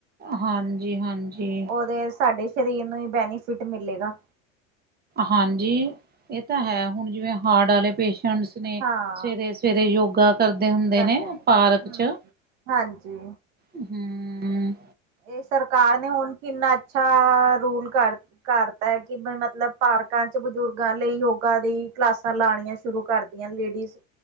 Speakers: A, on the right; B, on the right.
A: ਹਾਂਜੀ-ਹਾਂਜੀ।
B: ਉਹਦੇ ਸਾਡੇ ਸਰੀਰ ਨੂੰ ਹੀ ਬੈਨੀਫਿਟ ਮਿਲੇ ਗਾ।
A: ਹਾਂਜੀ, ਇਹ ਤਾਂ ਹੈ ਹੁਣ ਜਿਵੇਂ ਹਾਰਟ ਵਾਲੇ ਪੇਸ਼ੈਂਟਸ ਨੇ
B: ਹਾਂ
A: ਸਵੇਰੇ-ਸਵੇਰੇ ਯੋਗਾ ਕਰਦੇ ਹੁੰਦੇ
B: ਕਰਦੇ
A: ਨੇ ਪਾਰਕ
B: ਹਮ
A: ਚ।
B: ਹਾਂਜੀ।
A: ਹੂੰ-ਹੂੰ।
B: ਇਹ ਸਰਕਾਰ ਨੇ ਹੁਣ ਕਿੰਨਾ ਅੱਛਾ ਰੂਲ ਕਰ ਕਰਤਾ ਐ ਕਿ ਮ ਮਤਲਬ ਪਾਰਕਾ ਚ ਬਜ਼ੁਰਗਾਂ ਲਈ ਯੋਗਾ ਦੀ ਕਲਾਸਾਂ ਲਾਈਨੀਆ। ਸ਼ੁਰੂ ਕਰਦੀਆ ਲੇਡੀਜ਼